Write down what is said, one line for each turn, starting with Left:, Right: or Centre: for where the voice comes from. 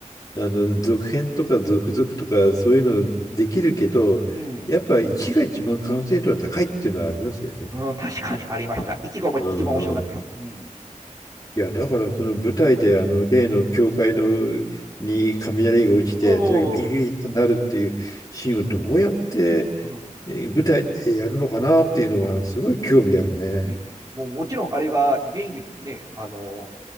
Left: あの、続編とか続々とか、そういうのできるけど、
Right: うん。うん。
Left: やっぱ一が一番完成度は高いっていうのはありますよね。
Right: うん確かにありました。一番も、
Left: うん
Right: 一番面白かったです。うん。
Left: いや、だからその舞台であの例の教会のに雷が落ちて、
Right: おー。
Left: とにかくビリビリとなるっていうシーンをどうやって
Right: うん。
Left: えー舞台でやるのかなっていうのがすごい興味あるね。
Right: うんね、もうもちろんあれがメインですもんね、あの